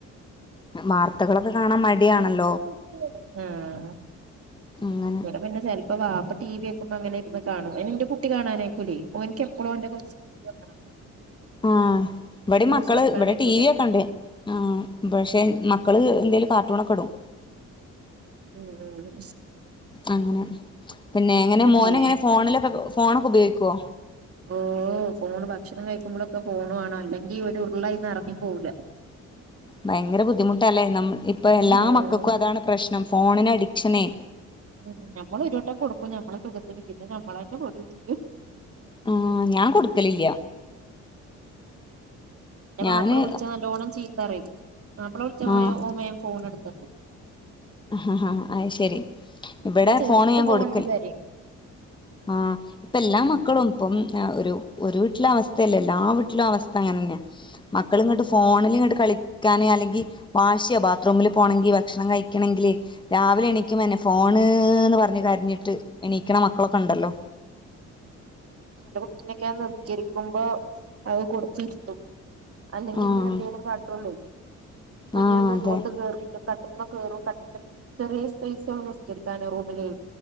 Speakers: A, on the left (about 15°); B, on the right (about 50°).
A: വാർത്തകളൊക്കെ കാണാൻ മടിയാണല്
B: ഉം
A: അങ്ങന
B: അപ ഇന്നെ ചെൽപ്പം വാപ്പ ടി വി വക്കുമ്പം അങ്ങനെ ഇര്ന്ന് കാണും. ഇന്റെ കുട്ടി കാണാനായക്കുലേ. ഓൻക്ക് എപ്പളും ഓന്റെ കൊറ്ച്ച് വി വെക്കണം
A: ആഹ് ഇവടിം
B: ന്യൂസ്
A: മക്കള്
B: വെക്കാനയക്കൂല
A: ഇവിടെ ടി വി ഒക്കെ ഇണ്ട്. ആഹ് പക്ഷെ മക്കള് എന്തേലും പ ടൂണക്ക്ടും
B: ഉം
A: അങ്ങനെ പിന്നെ എങ്ങനെ മോന്
B: ഉം
A: എങ്ങനെ ഫോണിലൊക്കെ ഫോണൊക്കെ ഉപയോഗിക്കോ.
B: ഉം ഓ ഫോണ് ഭക്ഷണം കഴിക്കുമ്പളൊക്കെ ഫോണു വാണം അല്ലെങ്കിൽഒരു ഉരുള അയ്ന് എറങ്ങിപ്പോവൂല്ല
A: ഭയങ്കര ബുദ്ധിമുട്ടാല്ലെ ന ഇപ്പ എല്ലാ
B: ഉം
A: മക്കക്കും അതാണ് പ്രശ്നം ഫോണിന് അഡിക്ഷനേ
B: ഉം നമ്മള് ഒരു വട്ടം കൊടുക്കും. ഞമ്മളെ സുഖത്തിന് പിന്നെ നമ്മളെ ന്നെ പെടു ചെയും
A: ആഹ് ഞാൻ കൊടുക്കലില്ല
B: ഇൻ്റെ
A: ഞാന്
B: മാപ്പള വിളിച്ച നല്ലോണം ചീത്തറിം. മാപ്പള വിളിച്ച
A: ആഹ്
B: മേം ഫോൺ എടുത്തക്കും.
A: ഹ ഹാ അഹ് ശെരി ഇവിടെ
B: ന്റെ ചെറുത്
A: ഫോണ് ഞാൻ
B: ഫോണിന്
A: കൊടുക്കല്
B: കരയും
A: ആഹ് ഇപ്പ എല്ലാ മക്കളും
B: ഉം
A: ഇപ്പം ഒരു ഒരു വീട്ടിലെ അവസ്ഥയല്ലെ. എല്ലാ ആ വീട്ടിലും അവസ്ഥ അങ്ങനെന്ന മക്കള് ഇങ്ങട്ട് ഫോണില് ഇങ്ങട്ട് കളിക്കാന് അല്ലെങ്കി വാഷി ബാത്റൂമിൽ പോണെങ്കി ഭക്ഷണം കഴി ക്ക്ണങ്കിലെ രാവിലെ എണിക്കുമ എന്നെ ഫോണ്ന്ന് പറഞ്ഞ്കരഞ്ഞിട്ട്. എണീക്കണ മക്കളൊക്കെ ഉണ്ടല്ലോ
B: എന്റെ കുട്ടിനൊക്കെ നിസ്ക്കരിക്കുമ്പോ അത് കൊടുത്തിരുത്തും അല്ലെങ്കി
A: ആഹ്
B: ഇങ്ങനെ എന്തേലും കാട്ടുള്ളൂ കുഞ്ഞിന്
A: ആഹ്
B: മൂതുകത്ത്
A: അതെ
B: കേറിട്ട് കാ <unintelligible> ചെറിയ സ്പെയിസ്ള്ളു നിസ്‌ക്കാരിക്കാന് റൂമിലേ